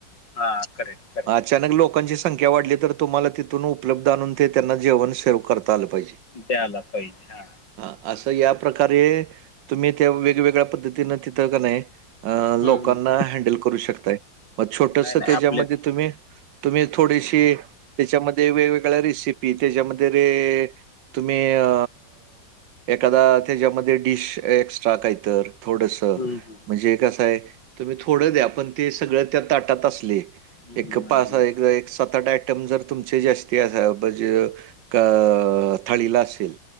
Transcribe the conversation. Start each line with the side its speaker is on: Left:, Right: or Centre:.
Left: हा करेक्ट करेक्ट.
Right: अचानक लोकांची संख्या वाढली तर तुम्हाला तिथून उपलब्ध आणून ते त्यांना जेवण सेव करता आलं पाहिजे.
Left: द्यायला पाहिजे हा
Right: हा असं या प्रकारे तुम्ही त्या वेगवेगळ्या पद्धतीन तिथं का नाही. अ
Left: हम्म
Right: लोकांना
Left: हम्म हम्म.
Right: हँडल करू शकताय, मग छोटस
Left: नाही नाही
Right: त्याच्यामध्ये
Left: आपले
Right: तुम्ही. तुम्ही थोडीशी त्याच्यामध्ये वेगवेगळ्या रेसिपी त्याच्यामध्ये रेट तुम्ही अ एखादा त्याच्यामध्ये, डिश एक्स्ट्रा काहीतर थोडस
Left: हम्म
Right: म्हणजे
Left: हम्म
Right: कसं हाय, तुम्ही थोडं द्या पण ते सगळं त्या ताटात असले.
Left: हम्म,
Right: एक
Left: नाही
Right: पाच सहा,
Left: नाही
Right: एक एक सात आठ आयटम जर तुमचे जास्ती अस म्हणजे अ क थळीला असेल.